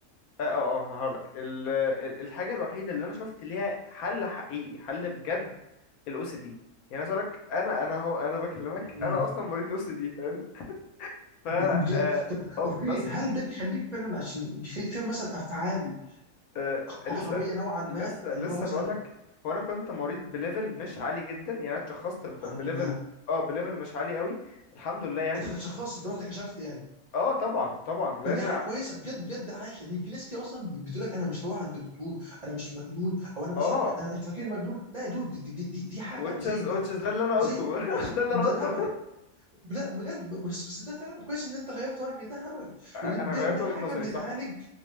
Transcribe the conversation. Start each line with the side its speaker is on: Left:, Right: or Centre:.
Left: اه اه اه هقول لك ال ال- الحاجه الوحيده اللي انا شفت ليها حل حقيقي حل بجد الاو سي دي يعني عايز اقول لك انا انا هو انا بكلمك
Right: بتاعت
Left: انا اصلا مريض او سي دي فاهمني ف
Right: ب-
Left: اه
Right: بجد طب
Left: آه،
Right: اوكي
Left: بس
Right: هل ده بيخليك فعلا عشان بيخليك تعمل مثلا افعال
Left: آه
Right: قهريه
Left: لسه
Right: نوعا
Left: لسه
Right: ما اللي
Left: لسه
Right: هو مثلا
Left: بقول لك هو انا كنت مريض بليفل مش عالي جدا يعني انا اتشخصت ب-
Right: الحمد
Left: بليفل
Right: لله
Left: اه بليفل مش عالي قوي الحمد لله يعني
Right: انت اتشخصت انت رحت كشفت يعني
Left: اه طبعا طبعا لان
Right: فدي حاجه كويسه بجد بجد عايش ان في ناس كتير اصلا بتقول لك انا مش هروح عند دكتور انا مش مجنون او انا مثلا
Left: اه
Right: انا انت فاكرني مجنون لا يا دود دي, دي, دي, دي حاجه
Left: which
Right: زي
Left: is
Right: البرد
Left: which is ده اللي انا
Right: زي
Left: قلته <laughs> ده اللي
Right: ده
Left: انا قلته
Right: هبل لا بجد بس بس ده فعلا كويس ان انت غيرت رايك ده هبل
Left: انا
Right: لان ده,
Left: غيرت
Right: ده
Left: وجهة
Right: حاجه
Left: نظري
Right: بتتعالج
Left: صح